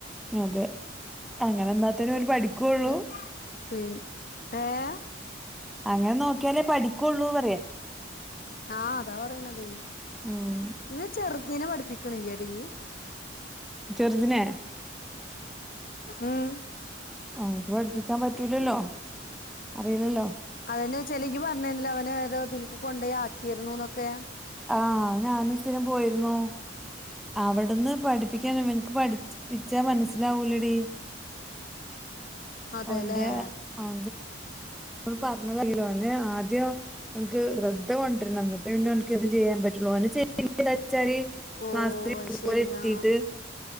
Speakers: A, in the centre; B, on the left.
A: അതെ അങ്ങനെ നിന്നാത്തന്നെ ഓല് പഠിക്കുള്ളൂ
B: ദ, പിൻ... ഏഹ്.
A: അങ്ങനെ, നോക്ക്യാലേ പഠിക്കൊള്ളൂ പറ്യ.
B: ആഹ് അതാ പറയ്ണതെയ്.
A: ഉം
B: യ്യ്, ചെറ്തിനെ പഠ്പ്പിക്ക്ണി ല്ല്യെടീ.
A: ചെർദ്നെ.
B: ഉം
A: ഓൻക്ക് പഠ്പ്പിക്കാൻ പറ്റൂലല്ലോ? അറീലല്ലോ?
B: അതെന്നോയ്ച്ച്, അല്ല, ഇയ്യ് പറ്ഞ്ഞീന്ന്ല്ലെ. അവനേതോതിൽക്ക് കൊണ്ടേ ആക്കീര്ന്നുന്നൊക്കെ.
A: ആഹ്, ഞാനും സ്ഥിരം പോയിര്ന്നു. അവിടന്ന് പഠിപ്പിക്കാനി വൻക്ക് പഠ്ച്പ്പിച്ചാ, മൻസ്സ്ലാവൂല ടീ.
B: അതെല്ലേ
A: ഓന്റെ, ഓ... പർഞ്ഞതല്ലല്ലോ? ഓന് ആദ്യം. ഓൻക്ക് റദ് കൊണ്ട്രണം. ന്ന്ട്ടേ പിന്നോൻക്കെന്തും ചെയ്യാൻ പറ്റൊള്ളൂ. ഓന് ചെ പിന്നെ, ന്താച്ചാല്.
B: ഓ
A: ക്ലാസ്ൽ
B: അത് ശരിയാ
A: ഓലെര്ത്തീട്ട്.